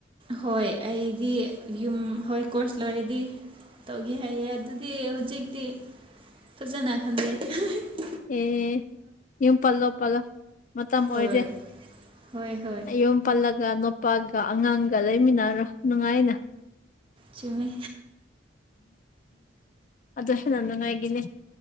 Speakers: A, on the right; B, on the left.
A: ꯍꯣꯏ ꯑꯩꯗꯤ ꯌꯨꯝ ꯍꯣꯏ ꯀꯣꯔꯁ ꯂꯣꯏꯔꯗꯤ ꯇꯧꯒꯦ ꯍꯥꯏꯌꯦ ꯑꯗꯨꯗꯤ ꯍꯧꯖꯤꯛꯇꯤ ꯐꯖꯅ ꯈꯪꯗꯦ <inaudible>
B: ꯑꯦ ꯌꯨꯝ ꯄꯜꯂꯣ ꯄꯥꯂꯣ ꯃꯇꯝ ꯑꯣꯏꯔꯦ
A: ꯍꯣꯏ ꯍꯣꯏ ꯍꯣꯏ
B: ꯑꯩ ꯌꯨꯝ ꯄꯜꯂꯒ ꯅꯣ ꯅꯨꯄꯥꯒ ꯑꯉꯥꯡꯒ ꯂꯩꯃꯤꯟꯅꯔꯣ ꯅꯨꯡꯉꯥꯏꯅ
A: ꯆꯨꯝꯃꯦ
B: ꯑꯗꯨ ꯍꯦꯟꯅ ꯅꯨꯡꯉꯥꯏꯒꯅꯤ